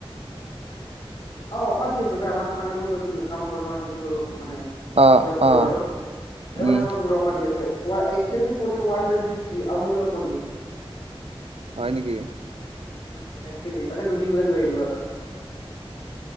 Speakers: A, on the left (about 50°); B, on the right (about 80°).
A: অ অফাৰ দি আছে ব আমাৰ মানে মই য'ত দিয়ক কাম কৰো ন ডিউটি কৰো মানে
B: অ'
A: জব কৰো
B: অ'
A: আৰু স
B: উম
A: মানে তোমাক বু দি এক কেজিৰ পনীৰ ওৱান টুৱেন্টি থ্ৰী আমুলৰ পনীৰ
B: হয় নেকি
A: উম এক কেজি তাকে দুদিন পোগেট লৈ আহলো আৰু মান